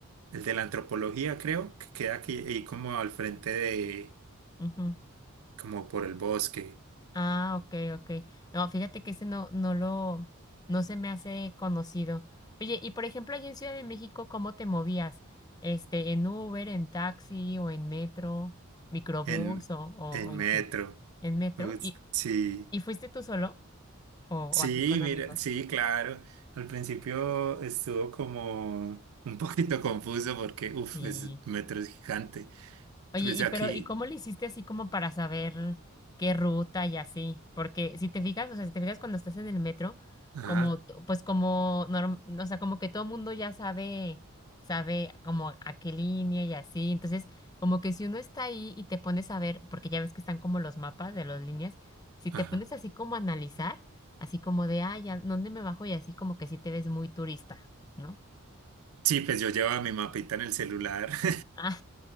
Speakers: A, on the right; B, on the left.
A: el de la antropología, creo, que queda aquí ahí como al frente de,
B: Ujú.
A: como por el bosque,
B: Ah, ok, ok. No, fíjate que ese no, no lo, no se me hace conocido. Oye, y por ejemplo, allí en Ciudad de México, ¿cómo te movías? Este, ¿en Uber, en taxi o en metro, microbús
A: en,
B: o, o
A: en
B: o en
A: metro.
B: qué? ¿En metro?
A: Ups,
B: ¿Y,
A: Sí.
B: y fuiste tú solo o,
A: Sí,
B: o así con amigos?
A: mira, sí, claro. Al principio estuvo como un poquito <laughs> confuso porque, uff,
B: Sí.
A: es metro es gigante.
B: Oye,
A: Pues
B: y
A: aquí,
B: pero, ¿y cómo le hiciste así como para saber qué ruta y así? Porque si te fijas, o sea, si te fijas cuando estás en el metro,
A: ajá,
B: como, t- pues como, norm- o sea, como que todo mundo ya sabe, sabe como a qué línea y así. Entonces, como que si uno está ahí y te pones a ver, porque ya ves que están como los mapas de las líneas, si
A: ajá.
B: te pones así como a analizar, así como de, ay, ¿a dónde me bajo? Y así como que sí te ves muy turista, ¿no?
A: Sí, pues yo llevaba mi mapita en el celular. <laughs>
B: <laughs> Ah,